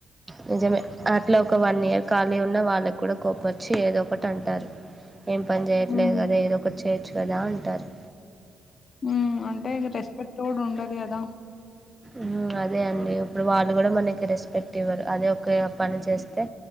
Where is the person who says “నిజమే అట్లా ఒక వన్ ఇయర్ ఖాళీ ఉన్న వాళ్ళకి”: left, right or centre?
Right